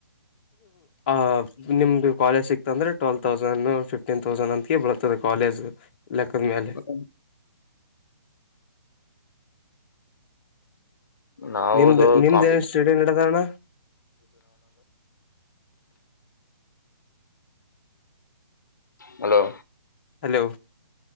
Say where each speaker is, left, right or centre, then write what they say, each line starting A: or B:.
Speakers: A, on the left; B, on the left.
A: ಆ ನಿಮ್ದು ಕಾಲೇಜ್ ಸಿಕ್ ಅಂದ್ರೆ ಟ್ವೆಲ್ ತೌಸಂಡ್ ಫಿಫ್ಟೀನ್ ತೌಸಂಡ್ ಅಂತಕ ಬತ್ತದೆ ಕಾಲೇಜ್ ಲೆಕ್ಕದ ಮೇಲೆ
B: ಹ್ಮ ನಾವವುದುಾ
A: ನಿಮ್ದು ನಿಮ್ದು ಏನು ಸ್ಟಡಿ ನಡ್ದದ ಅಣ್ಣ
B: ಹಲೋ
A: ಹಲೋ